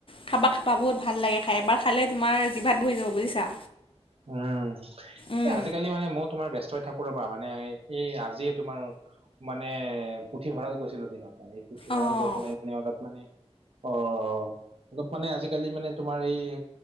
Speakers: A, on the left; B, on the right.
A: খাবা-খাবা বহত ভাল লাগে খাই এবাৰ খালে তোমাৰ জিভাত বৈ যাব বুজিছা।
B: উম।
A: উম
B: এ আজিকালি মানে মই তোমাৰ ব্যস্তই থাকো ৰ'বা মানে এই আজিয়ে তোমাৰ মানে পুথিভঁৰাল গৈছিলোঁ দিনত মান এই পুথিভঁৰাল
A: অঁ
B: গৈ পেলাই মানে অলপ মানে অ', অলপ মানে আজিকালি মানে তোমাৰ এই